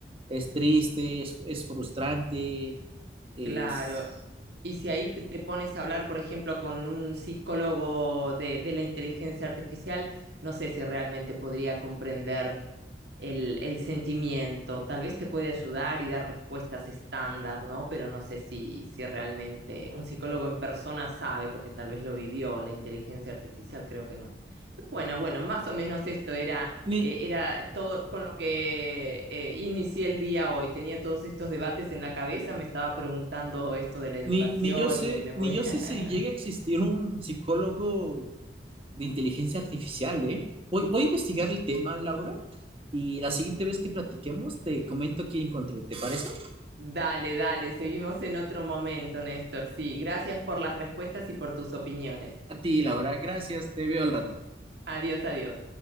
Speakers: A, on the right; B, on the right.
A: es triste, es, es frustrante, es...
B: claro. Y si ahí p- te pones a hablar, por ejemplo, con un psicólogo de, de la inteligencia artificial, no sé si realmente podría comprender el, el sentimiento. Tal vez te puede ayudar y dar respuestas estándar, ¿no? Pero no sé si, si realmente un psicólogo en persona sabe, porque tal vez lo vivió, la inteligencia artificial creo que no. Pero bueno, bueno, más o menos esto era,
A: Ni,
B: eh, era todo con lo que eh, inicié el día hoy. Tenía todos estos debates en la cabeza, me estaba preguntando esto de la educación
A: ni, ni yo sé,
B: y me voy.
A: ni yo
B: <laughs>
A: sé si llega a existir un psicólogo de inteligencia artificial, ¿eh? Voy, voy a investigar el tema, Laura. Y la siguiente vez que platiquemos, te comento qué encontré. ¿Te parece?
B: Dale, dale, seguimos en otro momento, Néstor. Sí, gracias por las respuestas y por tus opiniones.
A: A ti, Laura, gracias. Te veo al rato.
B: Adiós, adiós.